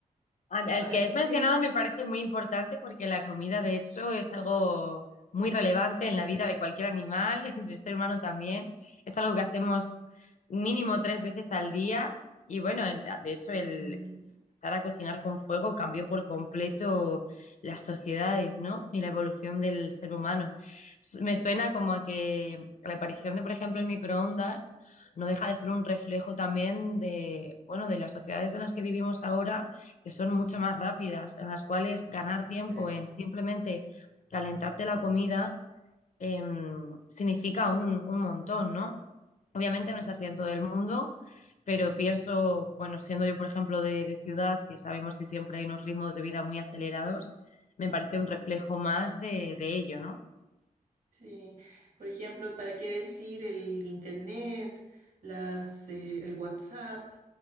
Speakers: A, on the left; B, on the right.
A: Al al
B: a ver,
A: que has mencionado
B: tienes...
A: me parece muy importante porque la comida, de hecho, es algo muy relevante
B: Mm,
A: en la vida de cualquier animal, <laughs> del ser humano también. Es algo que hacemos mínimo tres veces al día y bueno, el- de hecho, el
B: mm,
A: empezar a cocinar con fuego cambió por completo las sociedades, ¿no? Y la evolución del ser humano. S- Me
B: Claro.
A: suena como a que la aparición de, por ejemplo, el microondas no deja de ser un reflejo también de, bueno, de las sociedades en las que vivimos ahora que son mucho más rápidas, en las cuales ganar tiempo
B: claro.
A: en simplemente calentarte la comida eh, significa un, un montón, ¿no? Obviamente no es
B: Sí,
A: así en todo el mundo, pero pienso, bueno, siendo yo, por ejemplo, de, de ciudad, que sabemos que siempre hay unos ritmos de vida muy acelerados, me parece un reflejo más de, de ello, ¿no?
B: sí. por ejemplo, ¿para qué decir el internet, las, eh, el WhatsApp?